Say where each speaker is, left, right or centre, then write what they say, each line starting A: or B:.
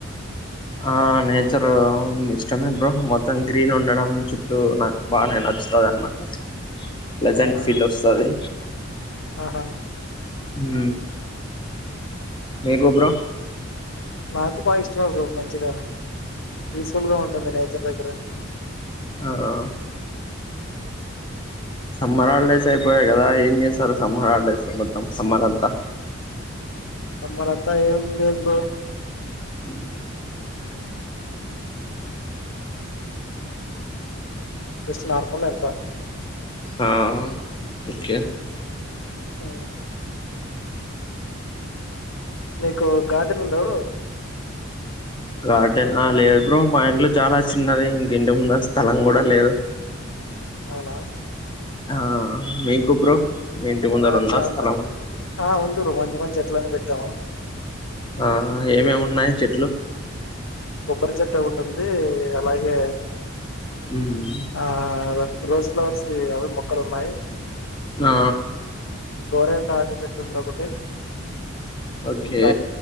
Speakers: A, on the left (about 25°); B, on the left (about 70°).
A: ఆ నేచర్ ఇష్టమే బ్రో మొత్తం గ్రీన్ ఉండడం చుట్టూ బాగానే నచ్చుత అన్ మాట ప్లజెంట్
B: అవునా
A: ఫీల్ వస్తది
B: ఆహా
A: ఉ మీకు బ్రో
B: నాకు బాగా ఇష్టమే బ్రో మంచిదార పీస్ఫుల్గా ఉంటుంది నేచర్ దగ్గర
A: అ ఆ సమ్మర్ హాలిడేస్ అయిపోయాయి కదా ఏం చేశారు సమ్మర్ హాలిడేస్ మొత్తం సమ్మర్ అంతా
B: సమ్మర్ అంతా ఏం లేదు బ్రో
A: అ
B: జస్ట్ నార్మల్ అంత
A: ఆ ఓకే
B: అ మీకు గార్డెన్ ఉంద బ్రో
A: గార్డెన్ ఆ లేదు బ్రో మా ఇంట్లో చాలా చిన్నది ఇంక ఇంటిముందర స్థలం కూడా లేదు
B: అవునా
A: ఆ మీకు బ్రో మీ ఇంటి ముందర
B: మాకు
A: ఉందా స్థలం
B: అంత ఆ ఉందరు వంచి వంచే ఇంట్లోనే పెట్టాము
A: ఆ ఏమి ఉన్నాయి చెట్లు
B: కొబ్బరి చెట్టు ఒకటిుంది అలాగే
A: మ్మ్.
B: ఆ రోజ్ ఫ్లవర్స్ వి అవి మొక్కలు ఉన్నాయి
A: ఆ
B: గోర ఎంత ఆకు చెట్టు ఉంది ఒకటి
A: ఓకే
B: ఇట్ల